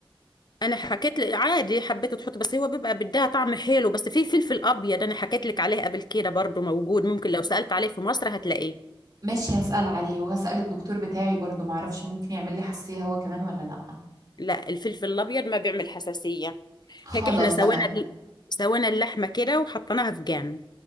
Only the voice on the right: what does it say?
ماشي هسال عليه وهسال الدكتور بتاعي برضو ما اعرفش ممكن يعمل لي حساسيه هو كمان ولا لا
خلاص
تمام